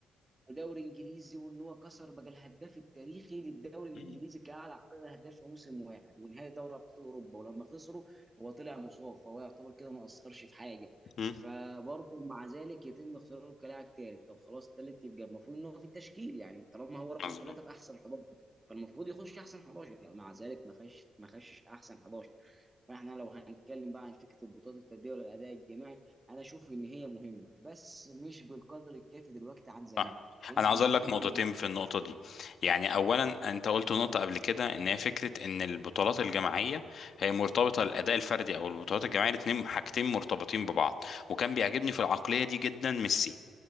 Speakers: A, on the right (about 20°); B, on the left (about 60°).
A: ودوري انجليزي وان هو كسر بقى الهداف التاريخي للدوري الانجليزي
B: مم.
A: كاعلى عدد اهداف في موسم واحد ونهائي دوري ابطال اوروبا ولما خسروا هو طلع مصاب فهو يعتبر كده ما اثرش في حاجه
B: مم.
A: فبرضه مع ذلك يتم اختياره كلاعب ثالث طب خلاص ثالث يبقى المفروض ان هو في التشكيل يعني طالما هو رقم
B: مظبوط
A: ثلاثه في احسن 11 فالمفروض يخش احسن 11 لا مع ذلك ما خش ما خشش احسن 11 فاحنا لو هنتكلم بقى عن فكره البطولات الفرديه ولا الاداء الجماعي انا اشوف ان هي مهمه بس مش بالقدر الكافي دلوقتي عن زمان
B: صح
A: يمكن
B: انا عاوز
A: زمان
B: اقول لك نقطتين
A: كنا بن-
B: في النقطه دي يعني اولا انت قلت نقطه قبل كده ان هي فكره ان البطولات الجماعيه هي مرتبطه الاداء الفردي او البطولات الجماعيه الاثنين حاجتين مرتبطين ببعض وكان بيعجبني في العقليه دي جدا ميسي